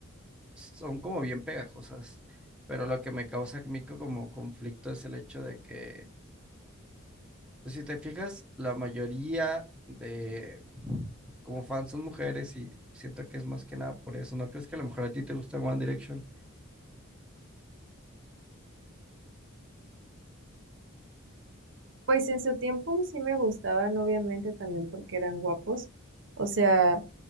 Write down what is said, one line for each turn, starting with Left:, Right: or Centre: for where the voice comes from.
Centre: son como bien pegajosas, pero lo que me causa a mí co- como conflicto es el hecho de que Pues si te fijas, la mayoría de como fans son mujeres y siento que es más que nada por eso. ¿No crees que a lo mejor a ti te gusta One Direction?
Right: Pues en su tiempo sí me gustaban, obviamente también porque eran guapos, o sea...